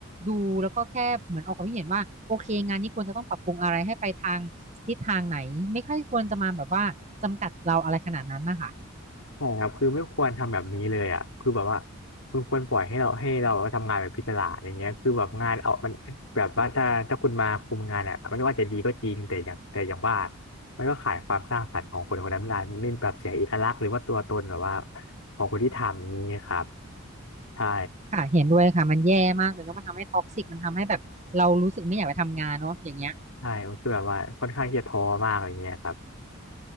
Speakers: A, on the right; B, on the left.
A: ดูแล้วก็แค่เหมือนออกความคิดเห็นว่าโอเคงานนี้ควรจะต้องปรับปรุงอะไรให้ไปทางทิศทางไหนไม่ค่อยควรจะมาแบบว่าจำกัดเราอะไรขนาดนั้นนะคะ
B: ใช่ครับคือไม่ควรทำแบบนี้เลยอ่ะคือแบบว่าคุณควรปล่อยให้เราให้เราทำงานแบบพิจารณาอย่างเงี้ยคือแบบงานเอามันแบบว่าถ้าถ้าคุณมาคุมงานอ่ะไม่ว่าจะดีก็จริงแต่อย่างแต่อย่างว่ามันก็ขายความสร้างสรรค์ของคนคนนั้นไม่ได้ไม่แบบเสียเอกลักษณ์หรือว่าตัวตนแบบว่าของคนที่ทำอย่างนี้ครับใช่
A: ค่ะเห็นด้วยค่ะมันแย่มากเลยเนาะมันทำให้ท็อกซิกมันทำให้แบบเรารู้สึกไม่อยากไปทำงานเนาะอย่างเงี้ย
B: ใช่มันคือแบบว่าค่อนข้างที่จะท้อมากอย่างเงี้ยครับ